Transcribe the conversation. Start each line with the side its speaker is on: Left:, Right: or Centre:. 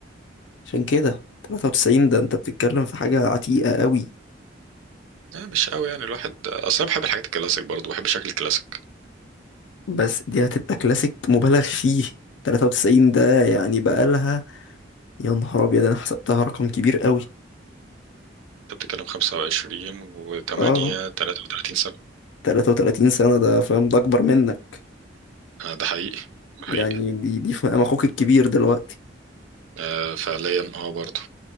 Left: عشان كده 93 ده انت بتتكلم في حاجة عتيقة قوي
Right: لا مش قوي يعني الواحد اصلا بحب الحاجات الكلاسيك برضو بحب شكل الكلاسيك
Left: بس دي هتبقى كلاسيك مبالغ فيه 93 ده يعني بقالها يا نهار ابيض انا حسبتها رقم كبير قوي
Right: انت بتتكلم 25 و8
Left: اه
Right: 33 سنة
Left: 33 سنة ده فاهم ده اكبر منك
Right: آه ده حقيقي ده
Left: يعني
Right: حقيقي
Left: دي دي في مقام اخوك الكبير دلوقتي
Right: آه فعليا اه برضه